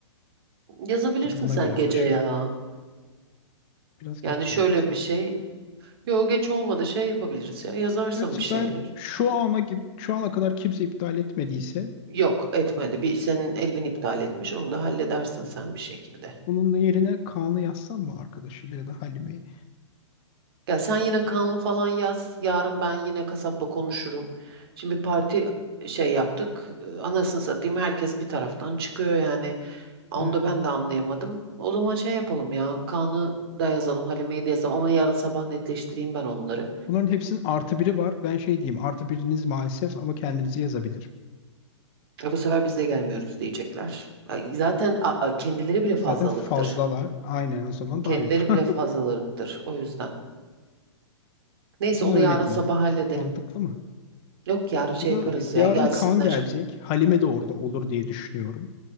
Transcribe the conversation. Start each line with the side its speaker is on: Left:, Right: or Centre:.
Right: yazabilirsin
Left: Çünkü buna
Right: sen
Left: göre
Right: gece
Left: alışır.
Right: ya.
Left: Biraz
Right: Yani
Left: geç
Right: şöyle
Left: oldu sanki.
Right: bir şey. Yok geç olmadı şey yapabiliriz ya. Yazarsın
Left: Gerçi
Right: bir şeyler.
Left: ben şu ana gibi şu ana kadar kimse iptal etmediyse
Right: Yok etmedi. Bir senin Elvin iptal etmiş. Onu da halledersin sen bir şekilde.
Left: onun yerine Kaan'ı yazsam mı arkadaşıyla ya da Halime'yi?
Right: Ya sen yine kanlı falan yaz. Yarın ben yine kasapla konuşurum. Şimdi parti e, şey yaptık. e, Anasını satayım herkes bir taraftan çıkıyor yani. Onu
Left: Ee,
Right: da ben de anlayamadım. O zaman şey yapalım ya. Kaan'ı da yazalım, Halime'yi de yazalım ama yarın sabah netleştireyim ben onları.
Left: Bunların hepsinin artı biri var. Ben şey diyeyim, artı biriniz maalesef ama kendinizi yazabilir.
Right: E bu sefer biz de gelmiyoruz diyecekler. Ay, Zaten a- a- kendileri bile fazlalıktır.
Left: Zaten fazlalar. Aynen o zaman
Right: Kendileri
Left: daha iyi olur.
Right: bile
Left: <laughs>
Right: fazlalıktır o yüzden. Neyse
Left: O zaman
Right: onu
Left: öyle
Right: yarın sabah
Left: diyeyim.
Right: halledelim.
Left: Mantıklı mı?
Right: Yok yarın şey
Left: Ya da
Right: yaparız ya
Left: yarın
Right: gelsinler.
Left: Kaan gelecek. Halime de orada olur diye düşünüyorum.